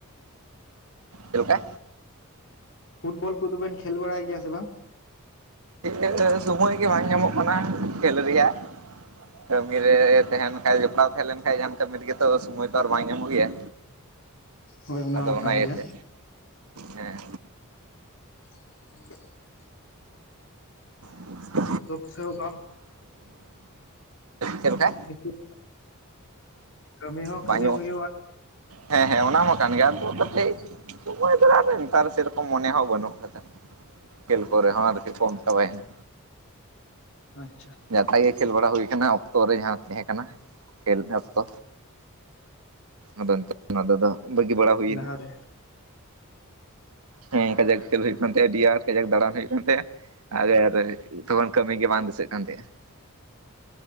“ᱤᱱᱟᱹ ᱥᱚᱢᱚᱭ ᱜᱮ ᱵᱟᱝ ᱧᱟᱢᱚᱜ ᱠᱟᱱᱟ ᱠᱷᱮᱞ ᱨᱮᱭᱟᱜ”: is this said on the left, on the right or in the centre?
Right